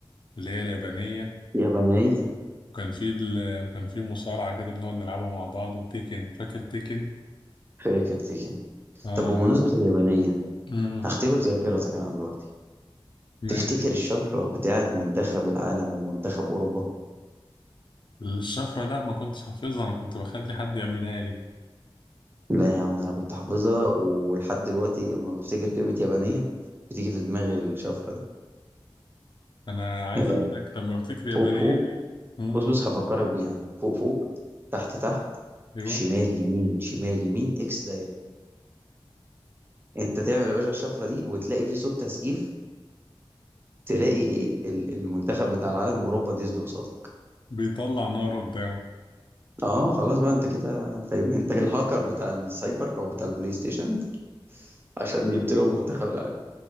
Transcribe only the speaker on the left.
اللي هي اليابانيه
وكان في ال... وكان في مصارعه كده بنقعد نلعبها مع بعض وتيكن فاكر تيكن
اه
امم
ماشي
الشفره لا ما كنتش حافظها انا كنت بخلي حد يعملها لي
انا عايز
اقول لك لما بفتكر اليابانيه
دي امم
ايوه
بيطلع نار قدامه